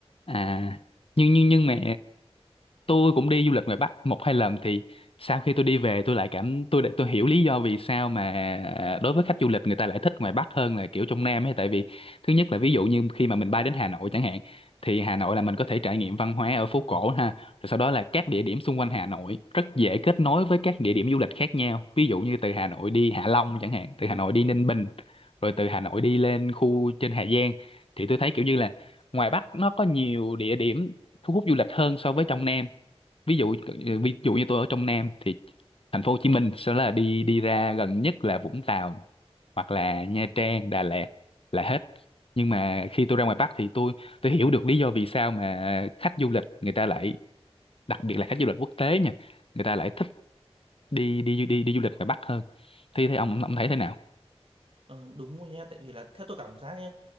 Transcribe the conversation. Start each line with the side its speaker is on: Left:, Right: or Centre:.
Left: À, nhưng nhưng nhưng mà tôi cũng đi du lịch ngoài Bắc một hai lần thì sau khi tôi đi về tôi lại cảm tôi đã- tôi hiểu lý do vì sao mà đối với khách du lịch người ta lại thích ngoài Bắc hơn là kiểu trong Nam ấy tại vì thứ nhất là ví dụ như khi mà mình bay đến Hà Nội chẳng hạn thì Hà Nội là mình có thể trải nghiệm văn hóa ở phố cổ ha rồi sau đó là các địa điểm xung quanh Hà Nội rất dễ kết nối với các địa điểm du lịch khác nhau ví dụ như từ Hà Nội đi Hạ Long chẳng hạn từ Hà Nội đi Ninh Bình rồi từ Hà Nội đi lên khu trên Hà Giang thì tôi thấy kiểu như là ngoài Bắc nó có nhiều địa điểm thu hút du lịch hơn so với trong Nam ví dụ ờ, ví dụ như tôi ở trong Nam thì thành phố Hồ Chí Minh sẽ là đi đi ra gần nhất là Vũng Tàu hoặc là Nha Trang Đà Lạt là hết nhưng mà khi tôi ra ngoài Bắc thì tôi tôi hiểu được lý do vì sao mà khách du lịch người ta lại đặc biệt là khách du lịch quốc tế nha người ta lại thích đi đi đi đi du lịch ngoài Bắc hơn thì thì ông ông ông thấy thế nào
Right: Ờ, đúng rồi nha tại vì là theo tôi cảm giác nhá